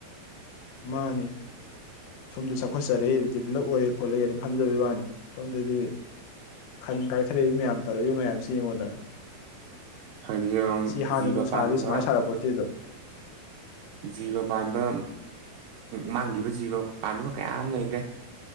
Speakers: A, on the left; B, on the right.
A: ꯃꯥꯅꯤ ꯁꯣꯝꯗ ꯆꯥꯎꯈꯠꯆꯔꯦ ꯗꯤꯕꯂꯞ ꯑꯣꯏꯔꯦ ꯈꯣꯠꯂꯦꯅ ꯈꯟꯖꯕꯩ ꯋꯥꯅꯤ ꯁꯣꯝꯗꯗꯤ ꯈꯟ ꯀꯥꯏꯊꯔꯛꯏꯕ ꯃꯌꯥꯝ ꯇꯧꯔꯛꯏꯕ ꯃꯌꯥꯝꯁꯤ ꯌꯦꯡꯉꯣꯗꯅ
B: ꯍꯥꯏꯗꯤ
A: ꯁꯤ ꯍꯥꯟꯅ
B: ꯖꯤꯕ
A: ꯅꯨꯡ
B: ꯄꯥꯟꯕ
A: ꯁꯥꯁꯤ ꯁꯨꯃꯥꯏꯅ ꯁꯥꯔꯝꯄꯣꯠ ꯅꯇꯦꯗꯣ
B: ꯖꯤꯕ ꯄꯥꯟꯕꯥ ꯃꯥꯡꯈꯤꯕ ꯖꯤꯕ ꯄꯥꯟꯕ ꯀꯌꯥ ꯑꯃ ꯂꯩꯈ꯭ꯔꯦ